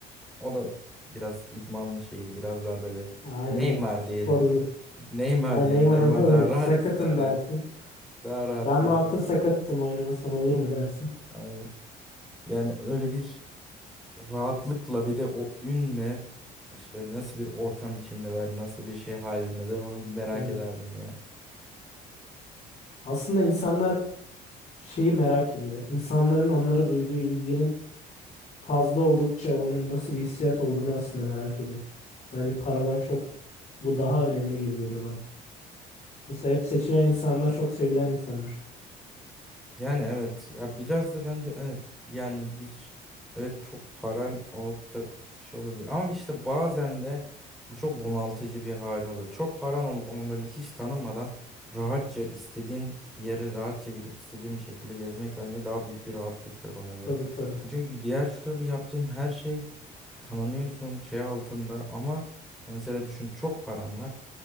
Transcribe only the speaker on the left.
aynen
o sporcu.
Aynen
Neymar
olabilir.
Sakatım
dersin.
Ben
bu hafta
sakatım
oynamasam olur mu dersin.
Evet.
Aslında insanlar şeyi merak ediyor. İnsanların onlara duyduğu ilginin fazla oldukça onun nasıl bir hissiyat olduğunu aslında merak ediyor. Bence paradan çok bu daha önemli gibi geliyor bana. Mesela hep seçilen insanlar çok sevilen insanlar.
Tabii tabii.